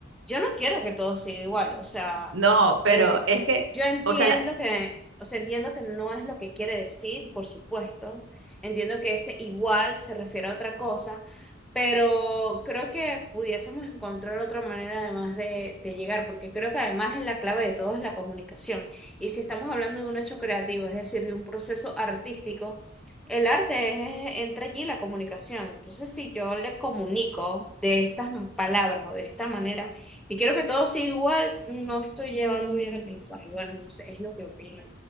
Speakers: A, in the centre; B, on the right.
A: yo no quiero que todo siga igual, o sea,
B: No,
A: eh,
B: pero es que,
A: yo entiendo
B: o sea, la-
A: que, o sea, entiendo que no es lo que quiere decir, por supuesto, entiendo que ese igual se refiere a otra cosa. Pero creo que pudiésemos encontrar otra manera además de, de llegar, porque creo que además es la clave de todo es la comunicación. Y si estamos hablando de un hecho creativo, es decir, de un proceso artístico, el arte es, entra allí la comunicación. Entonces, si yo le comunico de estas palabras o de esta manera, y quiero que todo sea igual, no estoy llevando bien el mensaje. Bueno, no sé, es lo que opino.